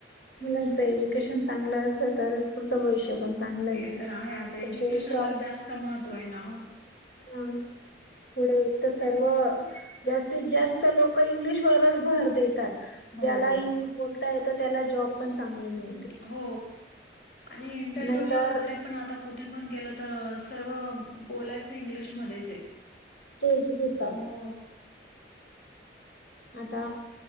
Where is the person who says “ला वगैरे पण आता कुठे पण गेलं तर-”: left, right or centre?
Left